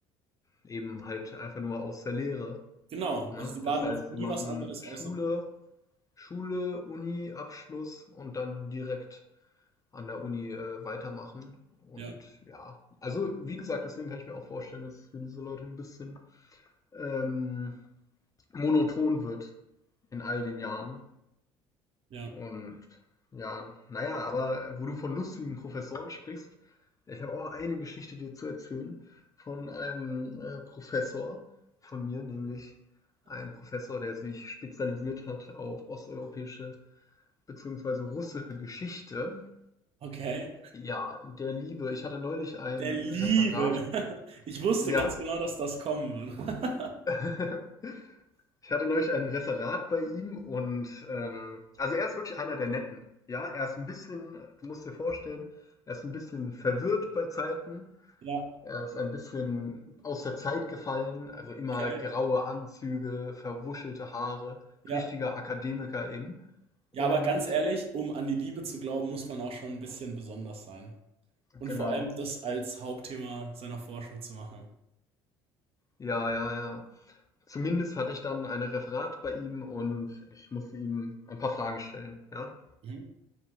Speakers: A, on the left; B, on the right.
A: eben halt einfach nur aus der Lehre.
B: Genau,
A: Ne?
B: also sie waren
A: Das heißt,
B: noch nie
A: sie machen
B: was anderes
A: Schule,
B: außer.
A: Schule, Uni, Abschluss und dann direkt an der Uni äh, weitermachen. Und
B: Ja,
A: ja, also wie gesagt, deswegen kann ich mir auch vorstellen, dass es für diese Leute ein bisschen ähm, monoton wird in all den Jahren,
B: ja.
A: Und ja, naja, aber wo du von lustigen Professoren sprichst, ich habe auch eine Geschichte dir zu erzählen von einem äh, Professor von mir, nämlich ein Professor, der sich spezialisiert hat auf osteuropäische bzw. russische Geschichte.
B: Okay.
A: Ja, der Liebe. Ich hatte neulich ein
B: Der Liebe.
A: Referat.
B: <laughs> Ich wusste
A: Ja,
B: ganz genau, dass das kommen wird. <laughs>
A: <laughs> Ich hatte neulich ein Referat bei ihm und ähm, also er ist wirklich einer der Netten. Ja, er ist ein bisschen, du musst dir vorstellen, er ist ein bisschen verwirrt bei Zeiten.
B: Ja,
A: Er ist ein bisschen aus der Zeit gefallen, also immer
B: okay.
A: graue Anzüge, verwuschelte Haare,
B: Ja,
A: richtiger Akademiker eben. Und
B: Ja, aber ganz ehrlich, um an die Liebe zu glauben, muss man auch schon ein bisschen besonders sein. Und
A: genau,
B: vor allem das als Hauptthema seiner Forschung zu machen.
A: ja, ja, ja. Zumindest hatte ich dann ein Referat bei ihm und ich musste ihm ein paar Fragen stellen. Ja?
B: Mhm.